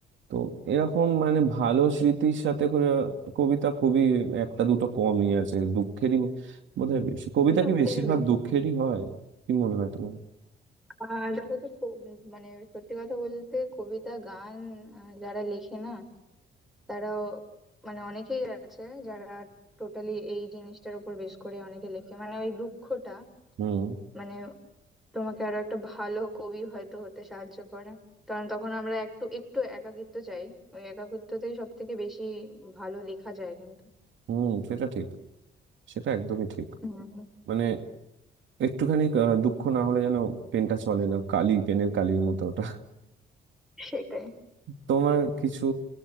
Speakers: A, on the right (about 70°); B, in the centre.
A: তো এরকম মানে ভালো স্মৃতির সাথে করে কবিতা খুবই একটা দুটো কমই আছে দুঃখেরই বোধহয় বেশি কবিতা
B: দুঃখেরই
A: কি বেশিরভাগ
B: বেশি
A: দুঃখেরই
B: না
A: হয় কি মনে হয় তোমার
B: আহ, দেখো তো খুব মানে সত্যি কথা বলতে কবিতা গান আহ, যারা লেখে না তারাও মানে অনেকেই আছে যারা টোটালি এই জিনিসটার উপর বেশ করে অনেকে লেখে মানে ওই দুঃখটা
A: হুম
B: মানে তোমাকে আরো একটা ভালো কবি হয়তো হতে সাহায্য করে কারণ তখন আমরা একটু একটু একাকিত্ব চাই ওই একাকিত্বতেই সব থেকে বেশি ভালো লেখা যায় কিন্তু
A: হুম সেটা ঠিক সেটা একদমই ঠিক
B: হুম,
A: মানে একটুখানি আহ, দুঃখ না হলে যেন পেনটা চলে না কালি পেনের কালির মতো ওটা
B: সেটাই
A: তোমার কিছু